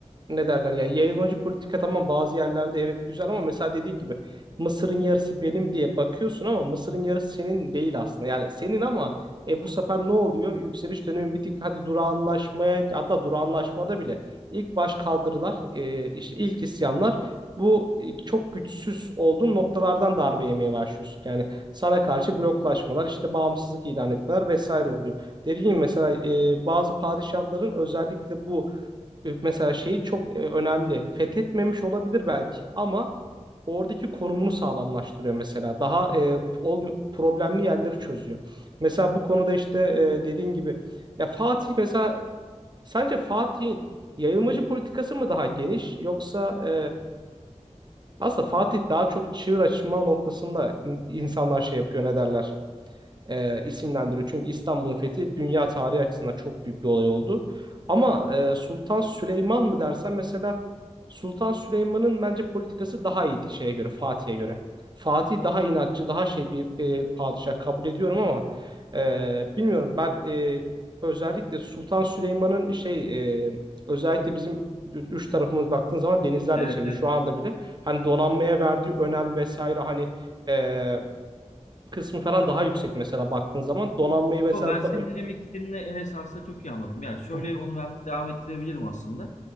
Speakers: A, on the right (about 35°); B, on the left (about 70°).
A: ne derler ya yayılmacı politika tamam bazı yerlerde evet güzel ama mesela dediğin gibi Mısır'ın yarısı benim diye bakıyorsun ama Mısır'ın yarısı senin değil aslında. Yani senin ama e, bu sefer ne oluyor? Yükseliş dönemi bir tık hadi durağanlaşmaya hatta durağanlaşmada bile ilk baş kaldırılar e, işte ilk isyanlar bu e, çok güçsüz olduğun noktalardan darbe yemeye başlıyorsun. Yani sana karşı bloklaşmalar işte bağımsızlık ilan etmeler vesaire oluyor. Dediğim gibi mesela e, bazı padişahların özellikle bu e, mesela şeyi çok e, önemli. Fethetmemiş olabilir belki ama oradaki konumunu sağlamlaştırıyor mesela. Daha e, olm- problemli yerleri çözüyor. Mesela bu konuda işte e, dediğin gibi ya Fatih mesela sence Fatih'in yayılmacı politikası mı daha geniş yoksa e, aslında Fatih daha çok çığır açma noktasında in- insanlar şey yapıyor ne derler? e, isimlendiriyor. Çünkü İstanbul'un fethi dünya tarihi açısından çok büyük bir olay oldu. Ama e, Sultan Süleyman mı dersen mesela Sultan Süleyman'ın bence politikası daha iyiydi şeye göre, Fatih'e göre. Fatih daha inatçı, daha şey bir e, padişah kabul ediyorum ama e, bilmiyorum ben e, özellikle Sultan Süleyman'ın şey e, özellikle bizim üç tarafımız baktığın zaman denizlerle
B: Evet
A: çevrili
B: evet.
A: şu anda bile hani donanmaya verdiği önem vesaire hani e, kısmı falan daha yüksek mesela baktığın zaman donanmayı vesaire
B: Yo, ben
A: bu
B: senin
A: kadar...
B: ne demek istediğini Enes aslında çok iyi anladım. Yani şöyle
A: Hı hı,
B: onu ben bunu devam ettirebilirim aslında.